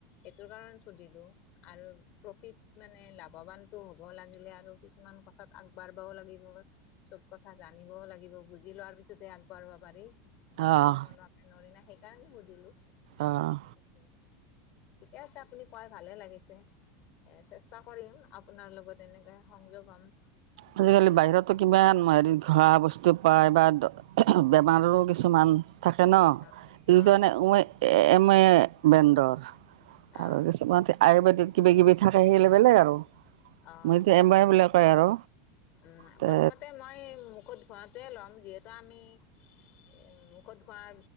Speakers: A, on the left; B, on the right.
A: এইটো কাৰণ সুধিলো আৰু প্ৰফিত মানে লাভৱানতটো হ'ব লাগিলে আৰু কিছুমান ইমান কথাত আগবাঢ়বাও লাগিব চব কথা জানিবও লাগিব বুজি লোৱাৰ পিছতে আগবাঢ়াব পাৰি বুজি
B: অঁ
A: নোলোৱাকে নোৱাৰি না সেইকাৰণে সুধিলো
B: আহ
A: সেইটোৱে ঠিকে আছে আপুনি কয় ভালে লাগিছে এ চেষ্টা কৰিম আপোনাৰ লগত এনেকে সংযোগ হ'ম
B: আজিকালি
A: কেতিয়াবা
B: বাহিৰতো কিমান হেৰি ঘৰা বস্তু পায় বা বেমাৰৰো কিছুমান থাকে ন
A: অ
B: এইটো
A: অ
B: তানই এ এম বেডৰ
A: অ
B: আৰু কিছুমান আয়ুৰ্বেদিক কিবা কিবি থাকে সেইিলে বেলেগ আৰু
A: অ
B: মইটো এমবাৰবিলাক কয় আৰু
A: উম
B: তে
A: প্ৰথমতে মই মুখত ঘোৱটোৱে লম যিহেতু আমি এ মুখত ঘঁহা